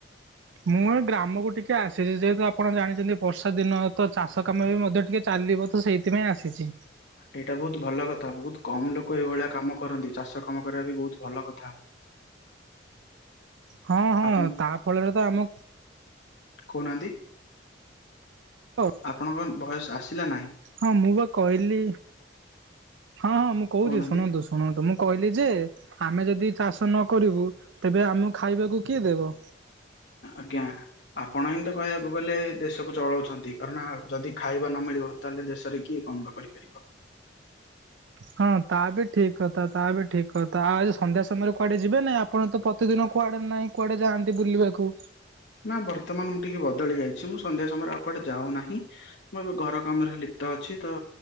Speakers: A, on the right; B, on the left.
A: ମୁଁ ଏ ଗ୍ରାମକୁ ଟିକେ ଆସିଛି ଯେହେତୁ ଆପଣ ଜାଣିଛନ୍ତି ବର୍ଷା ଦିନ ତ ଚାଷ କାମ ବି ମଧ୍ୟ ଟିକେ ଚାଲିବ ତ ସେଇ ସେଥିପାଇଁ ଆସିଛି।
B: ଏଇଟା ବହୁତ ଭଲ କଥା ବହୁତ କମ୍ ଲୋକ ଏଇଭଳିଆ କାମ କରନ୍ତି ଚାଷ କାମ କରିବା ବି ବହୁତ ଭଲ କଥା।
A: ହଁ ହଁ
B: ଆପଣ
A: ତା ଫଳରେ ତ ଆମ
B: କହୁ ନାହାନ୍ତି।
A: କ
B: ଆପଣଙ୍କ ଭଏସ୍ ଆସିଲା ନାହିଁ।
A: ହଁ ମୁଁ ବା କହିଲି ହଁ ହଁ ମୁଁ କହୁଚି
B: କହୁନାହାନ୍ତି
A: ଶୁଣନ୍ତୁ। ଶୁଣନ୍ତୁ ମୁଁ କହିଲି ଯେ ଆମେ ଯଦି ଚାଷ ନ କରିବୁ ତେବେ ଆମକୁ ଖାଇବାକୁ କିଏ ଦେବ।
B: ଆଜ୍ଞା। ଆପଣ ହିଁ ତ କହିବାକୁ ଗଲେ ଦେଶକୁ ଚଳଉଛନ୍ତି। କାରଣ ଯଦି ଖାଇବା ନ ମିଳିବ ତାହେଲେ ଦେଶରେ କିଏ କଣ ବା କରିପାରିବ।
A: ହଁ ତା ବି ଠିକ କଥା ତା ବି ଠିକ୍ କଥା ଆଉ ଆଜି ସନ୍ଧ୍ୟା ସମୟରେ କୁଆଡେ ଯିବେ ନା ଆ ଆପଣ ତ ପ୍ରତିଦିନ କୁଆଡେ ନାହିଁ କୁଆଡେ ଯାଆନ୍ତି ବୁଲିବାକୁ।
B: ନା ବର୍ତ୍ତମାନ ମୁଁ ଟିକେ ବଦଳି ଯାଇଛି ମୁଁ ସନ୍ଧ୍ୟା ସମୟରେ ଆଉ କୁଆଡେ ଯାଉ ନାହିଁ। ମୁଁ ଏବେ ଘର କାମ ରେ ଲିପ୍ତ ଅଛି। ତ